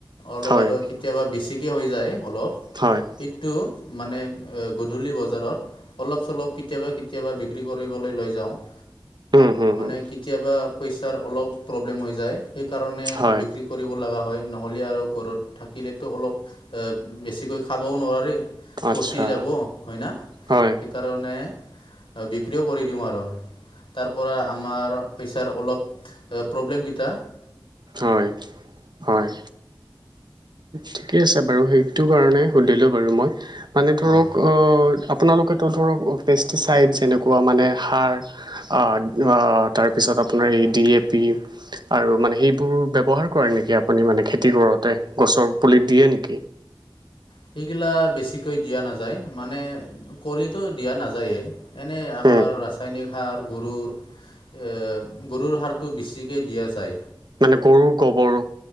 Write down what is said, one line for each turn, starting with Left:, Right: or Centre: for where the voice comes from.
Left: অলপ
Right: হয়
Left: আৰু কেতিয়াবা বেছিকে হৈ যায় অলপ,
Right: হয়
Left: সেইটো মানে গধূলি বজাৰত অলপ চলপ কেতিয়াবা-কেতিয়াবা বিক্ৰী কৰিবলৈ লৈ যাওঁ। <inaudible>
Right: উম, হুম,
Left: মানে
Right: হুম।
Left: কেতিয়াবা পইচাৰ অলপ প্ৰব্লেম হৈ যায় সেইকাৰণে
Right: হয়
Left: বিক্ৰী কৰিব লগা হয়। নহলে আৰু ঘৰত থাকিলেতো অলপ এ বেছিকৈ খাবও নোৱাৰে। পচি
Right: আচ্ছা
Left: যাব হয় ন
Right: হয়
Left: সেইকাৰণে বিক্ৰীও কৰি দিওঁ আৰু, তাৰ পৰা। আমাৰ পইচাৰ অলপ প্ৰব্লেম কেইটা।
Right: হয় হয়। ঠিকে আছে বাৰু সেইটো কাৰণে সুধিলো বাৰু মই। মানে ধৰক
Left: অঁ
Right: অ'। আপোনালোকেতো ধৰক পেষ্টিচাইড যেনেকুৱা মানে সাৰ অ', অ', তাৰপিছত। পিছত আপোনাৰ এ, তি, এ, পি আৰু মানৱ এইবোৰ ব্ৱহাৰ কৰে নেকি আপুনি মানে খেতি কৰোতে গছৰ পুলি দিয়ে নেকি?
Left: সেইগিলা বেছিকৈ দিয়া নাযায় মানে কলিটো দিয়া নাযায়েই এনে। আমাৰ
Right: উম,
Left: ৰাসায়নিক সাৰ গৰুৰ এ গৰুৰ সাৰটো বেছিকে দিয়া যায়।
Right: মানে গৰুৰ গোবৰ?